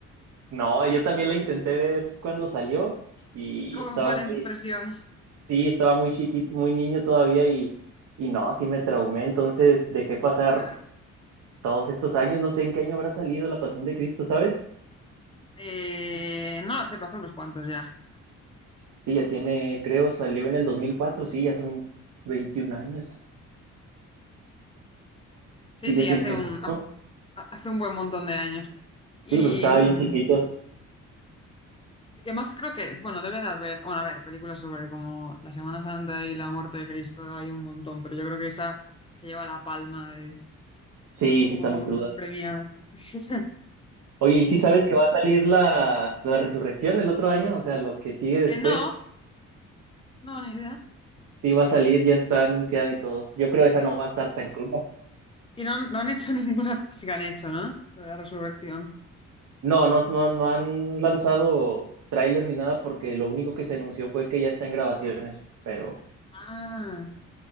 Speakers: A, on the right; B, on the left.
A: No, yo también
B: ¿Y,
A: la intenté ver cuando salió y
B: y cómo
A: estaba
B: fue la impresión?
A: muy... sí, estaba muy chiquito, muy niño todavía y, y no, sí me traumé, entonces dejé pasar
B: Claro.
A: todos estos años, no sé en qué año habrá salido La Pasión de Cristo, ¿sabes?
B: Eh, no lo sé, pero hace unos cuantos ya.
A: Sí, ya tiene, creo, salió en el 2004, sí, ya son 21 años,
B: Sí,
A: sí,
B: sí,
A: ya tiene
B: hace un,
A: mucho,
B: hace, hace un buen montón de años. Y,
A: sí, pues estaba
B: mm,
A: bien chiquito,
B: Y además creo que, bueno, debe de haber, bueno, a ver, películas sobre como la Semana Santa y la muerte de Cristo, hay un montón, pero yo creo que esa se lleva la palma de,
A: sí,
B: pues como
A: sí está
B: la
A: muy
B: más
A: cruda.
B: premiada. <laughs>
A: Oye, ¿y
B: Y
A: sí sabes que va a salir la, la resurrección el otro año? O sea, lo que sigue después,
B: eh, no, no, ni idea.
A: sí va a salir, ya está anunciada y todo. Yo creo esa no va a estar tan cruda.
B: Y no, no han hecho ninguna, sí que han hecho, ¿no? Lo De la resurrección.
A: No, no, no, han no han lanzado tráiler ni nada porque lo único que se anunció fue que ya está en grabaciones, pero,
B: Ah,